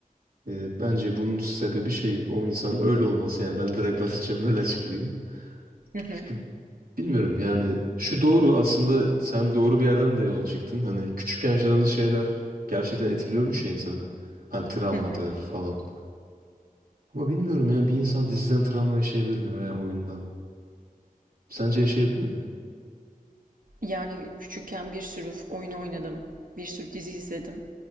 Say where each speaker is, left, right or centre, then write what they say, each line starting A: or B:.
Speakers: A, on the right; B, on the right.
A: E, bence bunun sebebi şey o insanın öyle olması. Yani ben direkt <laughs> basitçe böyle açıklayayım.
B: Hı hı.
A: Çünkü bilmiyorum yani şu doğru aslında sen doğru bir yerden de yola çıktın. Hani küçükken yaşadığımız şeyler gerçekten etkiliyormuş ya insanı. Hani travmadır
B: Hı hı.
A: falan. Ama bilmiyorum yani bir insan diziden travma yaşayabilir mi veya oyundan? Sence yaşayabilir mi?
B: Yani küçükken bir sürü oyun oynadım. Bir sürü dizi izledim.